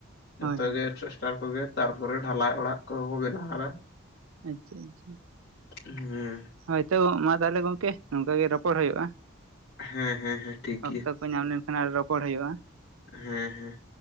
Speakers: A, on the left; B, on the right.
A: ᱡᱚᱛᱚᱜ
B: ᱦᱳᱭ ᱦᱳᱭ
A: ᱜᱮ <unintelligible> ᱠᱚᱜᱮ ᱛᱟᱨᱯᱚᱨᱮ ᱰᱷᱟᱞᱟᱭ ᱚᱲᱟᱜ ᱠᱚᱦᱚᱸ ᱠᱚ ᱵᱮᱱᱟᱣᱫᱟ᱾
B: ᱟᱪᱪᱷᱟ ᱟᱪᱪᱷᱟ‌
A: ᱦᱮᱸ
B: ᱦᱳᱭ ᱛᱚ ᱢᱟ ᱛᱟᱦᱚᱞᱮ ᱜᱚᱝᱠᱮ ᱱᱚᱝᱠᱟ ᱜᱮ ᱨᱚᱯᱚᱲ ᱦᱩᱭᱩᱜᱼᱟ᱾
A: ᱦᱮᱸ ᱦᱮᱸ ᱦᱮᱸ ᱴᱷᱤᱠ ᱜᱮᱭᱟ᱾
B: ᱚᱠᱛᱚ ᱠᱚ ᱧᱟᱢ ᱞᱮᱱᱠᱷᱟᱱ ᱟᱨ ᱨᱚᱯᱚᱲ ᱦᱩᱭᱩᱜᱼᱟ᱾
A: ᱦᱮᱸ ᱦᱮᱸ